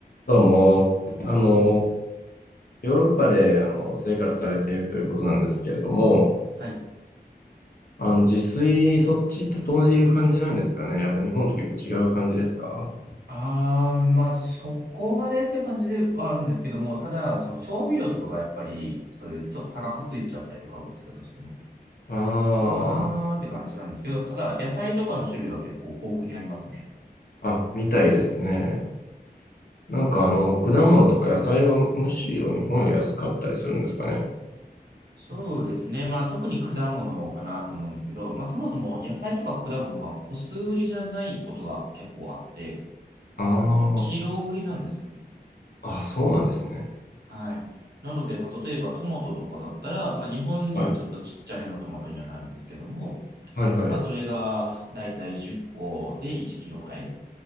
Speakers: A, on the left; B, on the right.
A: どうも、あの、
B: あ、どうも。
A: ヨーロッパで、あの、生活されているということなんですけれども、
B: はい。
A: あの、自炊、そっちってどういう感じなんですかねやっぱ日本と結構違う感じですか
B: ああ、まあ、そこまでっていう感じではあるんですけども、ただ、その調味料とかがやっぱり、そういうちょっと高くついちゃったりとか、売ってたとしても、
A: ああー、
B: するかなーって感じなんですけど、ただ、野菜とかの種類は結構豊富にありますね。
A: あ、みたいですね。なんかあの、果物とか野菜はむしろ日本より安かったりするんですかね
B: そうですね。まあ、特に果物かなと思うんですけど、まあ、そもそも野菜とか果物が個数売りじゃないことが結構あって、
A: あ
B: あの、キロ売りなんですよね。
A: あ、あ、そうなんですね。
B: はい。なので、まあ、例えばトマトとかだったら、まあ、日本よりちょっとちっちゃめのトマトにはなるんですけども、
A: はい。はいはい。
B: まあ、それがだいたい10個で1キロくらい。